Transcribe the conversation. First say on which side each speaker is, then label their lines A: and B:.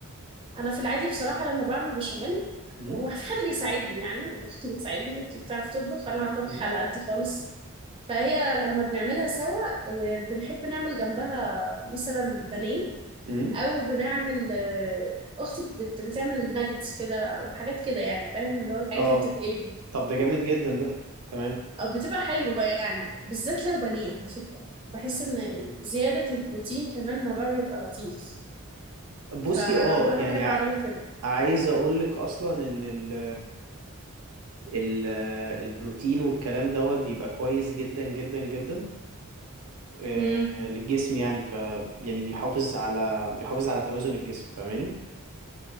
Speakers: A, on the right; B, on the right.
A: انا في العادي بصراحه لما بعمل بشاميل
B: امم
A: وفي حد بيساعدني يعني اختي بتساعدني اختي بتعرف تطبخ انا طبخ
B: امم
A: على قدي خالص فهي لما بنعملها سوا آه، بنحب نعمل جنبها مثلا بانيه
B: امم
A: او بنعمل آه، اختي بت- بتعمل ناجتس كده او حاجات كده يعني فاهم اللي هو الحاجات
B: اه
A: اللي بتتقلي دي
B: طب ده جامد جدا ده تمام
A: أو بتبقى حلوة يعني بالذات لو بانيه على فكرة بحس إن زيادة البروتين كمان الموضوع بيبقى لطيف
B: بصي
A: ف...
B: اه
A: فأنا
B: يعني
A: بحب
B: ع-
A: أعملها كده
B: عايز اقول لك اصلا ان ال ال البروتين والكلام دوت بيبقى كويس جدا جدا جدا آه،
A: امم
B: للجسم يعني ف يعني بيحافظ على بيحافظ على توازن الجسم فاهماني